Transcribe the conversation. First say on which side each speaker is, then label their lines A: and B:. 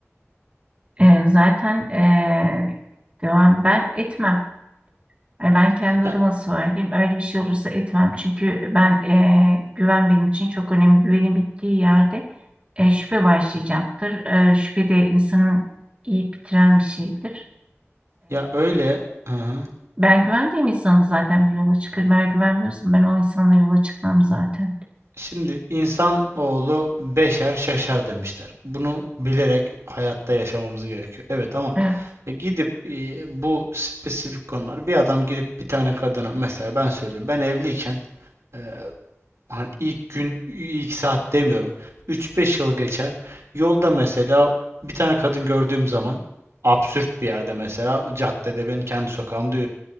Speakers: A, on the right; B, on the right.
A: Ee, zaten ee, devam ben etmem. Yani ben kendi adıma
B: Ya,
A: söyleyeyim. Öyle bir şey olursa etmem. Çünkü ben ee, güven benim için çok önemli. Güvenin bittiği yerde ee, şüphe başlayacaktır. Ee, şüphe de insanın iyi bitiren bir şeydir.
B: ya öyle. Hı hı.
A: Ben güvendiğim insanı zaten bir yola çıkarım. Eğer güvenmiyorsam ben o insanla yola çıkmam zaten.
B: Şimdi insan oğlu beşer şaşar demişler. Bunu bilerek hayatta yaşamamız gerekiyor. Evet ama
A: Evet.
B: e, gidip e, bu spesifik konular bir adam gidip bir tane kadına mesela ben söyleyeyim ben evliyken e, hani ilk gün ilk saat demiyorum 3-5 yıl geçer yolda mesela bir tane kadın gördüğüm zaman absürt bir yerde mesela caddede ben kendi sokağımda